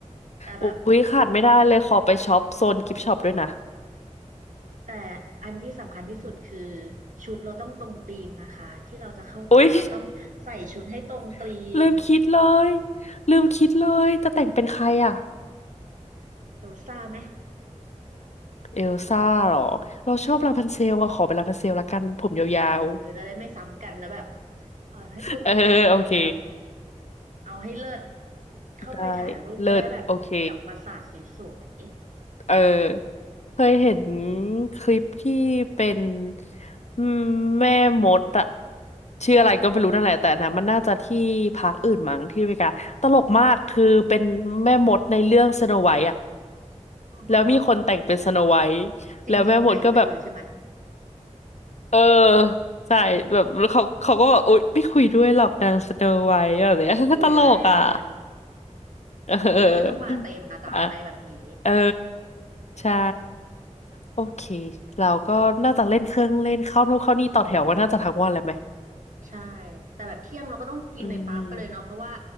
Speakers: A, on the right; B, on the left.
A: แต่แบบ
B: อุ๊ยขาดไม่ได้เลยขอไปช็อปโซนกิฟช็อปด้วยนะ
A: แต่อันที่สำคัญที่สุดคือชุดเราต้องตรงธีมนะคะที่เราจะเข้าปาร์คเราต้องใส่ชุดให้ตรงธีม
B: อุ๊ย <laughs> ลืมคิดเลยลืมคิดเลยจะแต่งเป็นใครอ่ะ
A: เอลซ่าไหม
B: เอลซ่าเหรอเราชอบลาพันเซลอะขอเป็นลาพันเซลละกันผมยาว
A: เออจะได้ไม่ซ้ำกันนะแบบเอาให้ตรงธีมแบบ
B: ๆ <laughs> เออโอเค
A: เอาให้เลิศเข้าไปถ่ายรูปจะได้แบบกับปราสาทสวย
B: ได้เลิศโอเคเออ เคยเห็นคลิปที่เป็นอืมแม่มดอะชื่ออะไรก็ไม่รู้นั่นแหละแต่อันนะมันน่าจะที่พักอื่นมั้งที่อเมริกาตลกมากคือเป็นแม่มดในเรื่องสโนไวท์อะ
A: ๆอือฮะ
B: แล้วมีคนแต่งเป็นสโนไวท์แล้วแม่มดก็แบบ
A: จริงๆไปไปเลยใช่ไหม
B: เออใช่แบบเขาเขาก็แบบอุ๊ยไม่คุยด้วยหรอกนางสโนไวท์แบบเนี้ย <laughs>
A: อุ้ยแร
B: ตลกอะ
A: ง
B: เออ <laughs>
A: อินเนอร์ต้องมาเต็มนะจ๊ะไปแบบนี้
B: อ่ะ เออ ใช่ โอเค เราก็น่าจะเล่นเครื่องเล่นเข้านู่นเข้านี่ต่อแถวกันน่าจะทั้งวันเลยไหม
A: ใช่แต่แบบเที่ยงเราก็ต้องกินในปาร์คไปเลยเนาะเพราะว่า
B: อืม